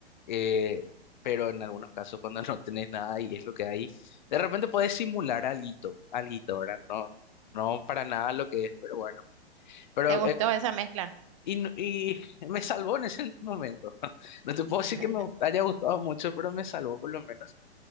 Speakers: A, on the left; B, on the right.
A: eh, pero en algunos casos cuando no tenés nada y es lo que hay, de repente puedes simular alguito, alguito, ¿verdad? No, no para nada lo que es, pero bueno. Pero
B: ¿Te gustó
A: en cues-
B: esa mezcla?
A: y, no- y me salvó en ese momento. <laughs> No te puedo
B: <laughs>
A: decir que me gust- haya gustado mucho, pero me salvó por lo menos.